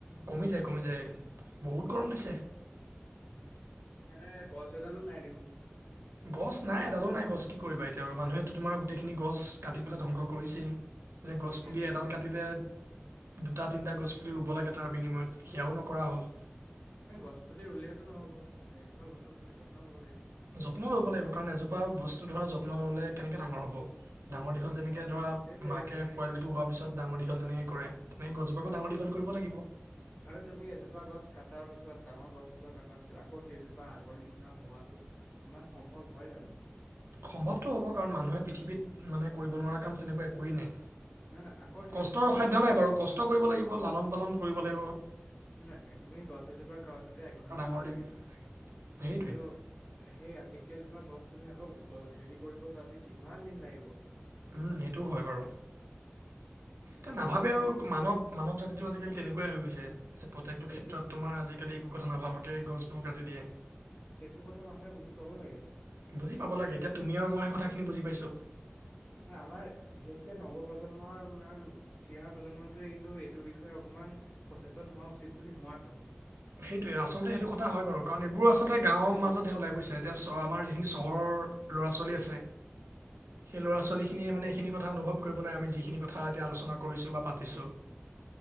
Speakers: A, on the right; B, on the left.
A: কমি যায়-কমি যায় বহুত গৰম দিছে।
B: এতে গছ এডালো নাই দেখোন।
A: গছ নাই এডালো নাই গছ কি কৰিবা এতিয়া আৰু মানুহেটো তোমাৰ গোটেইখিনি গছ কাটি পেলাই ধ্বংস কৰিছেই। যে গছ
B: তাকেতো
A: পুলি এডাল
B: গ
A: কাটিলে দুটা তিনটা গছ <unintelligible> ৰুব লাগে তাৰ বিনিময়ত সেয়াও নকৰা হ'ল।
B: এ গছ পুলি ৰুলেওেতো নহ'ব এইজোপা গছক তুমি যত্নও ল'ব লাগিব।
A: যত্নও লব লাগিব কাৰণ এজোপা বস্তু ধৰা যত্ন লবলে কেনেকে ডাঙৰ হব ডাঙৰ দীঘল যেনেক তে ধৰা
B: সেইটোয়ে
A: মাকে
B: সেইটোয়ে
A: পোৱালিটো হোৱা পিছত ডাঙৰ দীঘল যেনেকে কৰে তেনেকে গছজোপাকো ডাঙৰ দীঘল কৰিব লাগিব।
B: আৰু তুমি এজোপা গছ কাটাৰ পিছত ডাঙৰ গছ এজোপা কাটাৰ পিছত আ ঔ সেইজোপা আগৰ নিচিনা হোৱাটো ইমান সম্ভৱ হয় জানো?
A: সম্ভৱটো হ'ব কাৰণ মানুহে পৃথিৱীত মানে কৰিব নোৱাৰা কাম তেনেকুৱা একোৱেই নাই।
B: নাই নাই আকৌ সেইজোপা
A: কষ্টৰ অসাধ্য
B: গছ আগৰ
A: নাই বাৰু কষ্ট কৰিব লাগিব লালন - পালন কৰিব লাগিব।
B: নাই তুমি গছ এজোপা কাৰোতেটো একঘণ্টাও
A: ডাঙৰ
B: নালাগে।
A: দীঘল সেইটোৱে
B: কিন্তু সেই একেইজোপা গছ তুমি আকৌ অ, হেৰি কৰিব যাওঁতে কিমান দিন লাগিব।
A: উম, সেইটোও হয় বাৰু।
B: সেইখিনি
A: তে নাভাবে
B: কথা
A: আৰু
B: মানুহে
A: মানৱ-মানৱ জাতিটো আজিকালি তেনেকুৱাই হৈ গৈছে। যে প্ৰত্যেকটো
B: সেইটো
A: ক্ষেত্ৰত তোমাৰ আজিকালি একো কথা নাভাবাকে গছবোৰ কাটি দিয়ে।
B: সেইটো কথা মানুহে বুজি পাব লাগে।
A: বুজি পাব লাগে এতিয়া তুমি আৰু মই সেই কথাখিনি বুজি পাইছো।
B: ন আমাৰ বিশেষকে নৱ প্ৰজন্মৰ প্ৰজন্মটোৱে কিন্তু এইটোৰ বিষয়ে অকমান সচেতন উচিত বুলি মই ভাবো।
A: সেইটোয়ে আচলতে সেইটো কথা হয় বাৰু কাৰণ এইবোৰ আচলতে গাঁৱৰ মাজতহে ওলাই বুজিছে এতিয়া আমাৰ যিখিনি চহৰৰ ল'ৰা ছোৱালী আছে। সেই ল'ৰা ছোৱালীখিনিয়ে মানে এইখিনি কথা অনুভৱ কৰিব নোৱাৰে আমি যিখিনি কথা এতি আলোচনা কৰিছো বা পাতিছোঁ। <inaudible>